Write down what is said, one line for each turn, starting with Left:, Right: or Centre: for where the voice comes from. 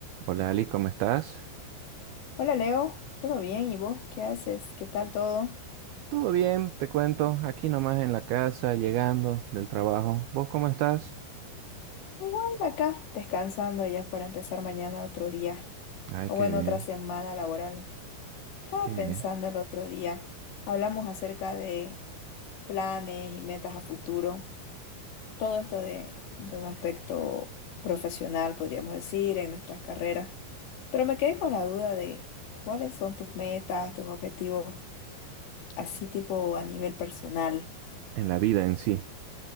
Right: Hola Ali, ¿cómo estás?
Left: Hola Leo, ¿todo bien? ¿Y vos qué haces? ¿Qué tal todo?
Right: Todo bien, te cuento, aquí nomás en la casa, llegando del trabajo. ¿Vos cómo estás?
Left: Igual acá, descansando ya para empezar mañana otro día,
Right: Ay,
Left: o
Right: qué
Left: bueno,
Right: bien,
Left: otra semana laboral. Estaba
Right: qué bien.
Left: pensando el otro día, hablamos acerca de planes y metas a futuro, todo esto de, de un aspecto profesional, podríamos decir, en nuestras carreras, pero me quedé con la duda de cuáles son tus metas, tus objetivos, así tipo a nivel personal.
Right: En la vida en sí.